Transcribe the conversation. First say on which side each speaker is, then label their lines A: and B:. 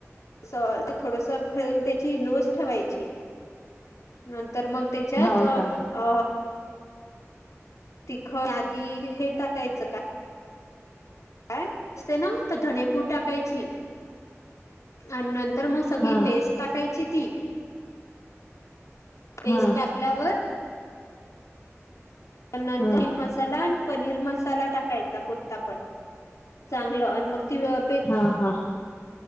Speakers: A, on the left; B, on the left.
A: स थोडस फ्लेम त्याची लोच ठेवायची नंतर मग त्याच्यात
B: हा हो
A: अ
B: का
A: तिखट आधी हे टाकायचं का काय असते ना तर धणेपूड टाकायची आणि नंत तर मग सगळी
B: हा
A: पेस्ट टाकायची ती पेस्ट
B: हा
A: टाकल्यावर त्या नंतर
B: हा
A: हि मसाला पनीर मसाला टाकायचा कोणता पण चांगलं आणि मग ती व
B: हा हा